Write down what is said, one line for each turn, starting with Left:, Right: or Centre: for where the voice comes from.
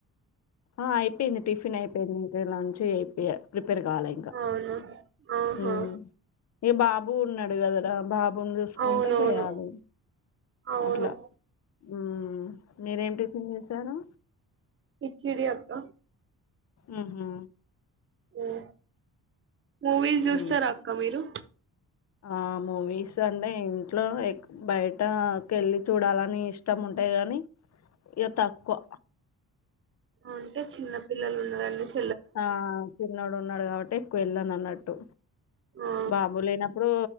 Left: ఆ అయిపోయింది టిఫిన్ అయిపోయింది ఇక లంచ్ అయిపోయా ప్రిపేర్ కావాలి ఇంకా
Right: అవును ఆహా
Left: హ్మ్ ఈ బాబు ఉన్నాడు కదరా బాబు బుని చూసుకుంటా
Right: అవునవును
Left: చేయాలి
Right: అవును
Left: అట్లా ఉమ్ మీరేం టిఫిన్ చేసారు
Right: కిచ్చిడి అక్క
Left: ఉమ్ హు
Right: ఉమ్ మూవీస్ చూస్తారక్క
Left: ఉమ్
Right: మీరు
Left: ఆ మూవీస్ అంటే ఇంట్లో బయటకెళ్ళి చూడాలని ఇష్టం ఉం టయి కానీ ఇగ తక్కువ
Right: అంటే చిన్న పిల్లలు ఉన్నరనేసి
Left: ఆ చిన్నోడు ఉన్నాడు కాబట్టి ఎక్కువ వెళ్ళను అన్నట్టు
Right: ఆ
Left: బాబులేన ప్పుడు